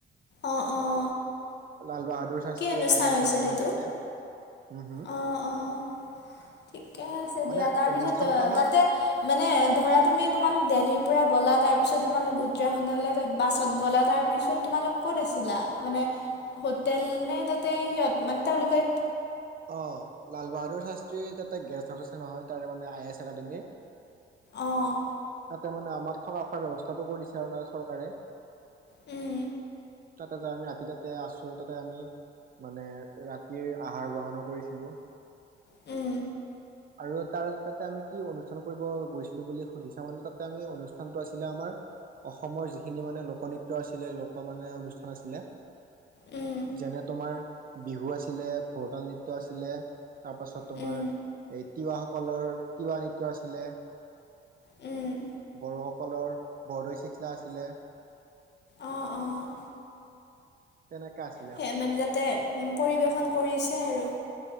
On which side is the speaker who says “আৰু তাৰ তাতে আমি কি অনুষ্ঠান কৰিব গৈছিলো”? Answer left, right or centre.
Right